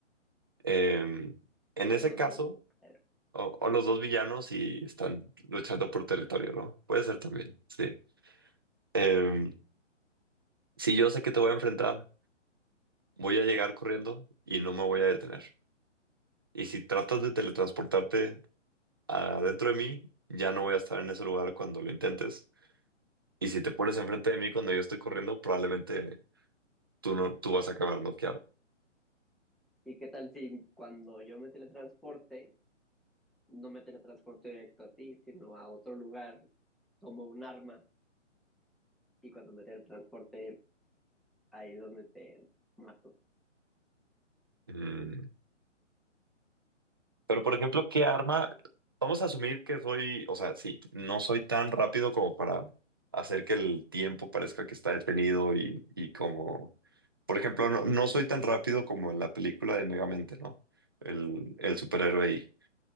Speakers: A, on the right; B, in the centre.
A: Eh, en
B: o los
A: ese
B: dos
A: caso,
B: días. ¿no? Eh,
A: o, o los dos villanos y están luchando por territorio, ¿no? Puede ser también, sí. Eh, si yo sé que te voy a enfrentar, voy a llegar corriendo y no me voy a detener. Y si tratas de teletransportarte adentro de mí, ya no voy a estar en ese lugar cuando lo intentes Y si te pones enfrente de mí cuando yo estoy corriendo, probablemente tú no, tú vas a acabar noqueado.
B: ¿Y qué tal si cuando yo me teletransporte no me teletransporto directo a ti, sino a otro lugar, tomo un arma y cuando me teletransporte ahí es donde te mato.
A: Mm. Pero, por ejemplo, ¿qué arma? Vamos a asumir que soy, o sea, sí, no soy tan rápido como para hacer que el tiempo parezca que está detenido y, y como, por ejemplo, no, no soy tan rápido como en la película de Megamente, ¿no? El, el superhéroe ahí,